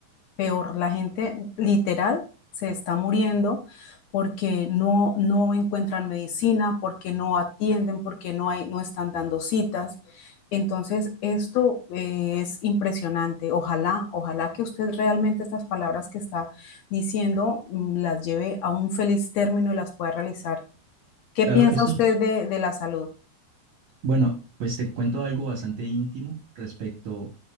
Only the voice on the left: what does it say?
peor, la gente literal se está muriendo porque no, no encuentran medicina, porque no atienden, porque no, hay, no están dando citas. Entonces, esto eh, es impresionante. Ojalá, ojalá que usted realmente estas palabras que está diciendo mm, las lleve a un feliz término y las pueda realizar. ¿Qué
piensa
usted de, de la salud?